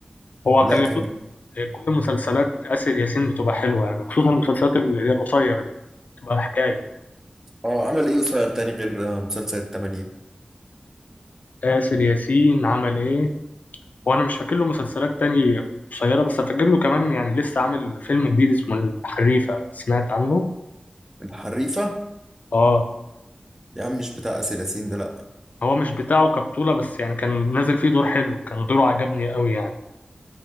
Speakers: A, on the left (about 75°); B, on the right (about 15°).
A: هو
B: لا
A: خلي
B: كان
A: بالك كل مسلسلات آسر ياسين بتبقى حلوة يعني خصوصا المسلسلات اللي هي القصيرة دي بتبقى حكاية
B: اه عمل ايه قصير تاني غير آه، مسلسل التمانية
A: آسر ياسين عمل ايه وانا مش فاكر له مسلسلات تانية قصيرة بس فاكر له كمان يعني لسه عامل فيلم جديد اسمه الحريفة سمعت عنه
B: الحريفة
A: اه
B: يا عم مش بتاع آسر ياسين ده لأ
A: هو مش بتاعه كبطولة بس يعني كان نازل فيه دور حلو كان دوره عجبني قوي يعني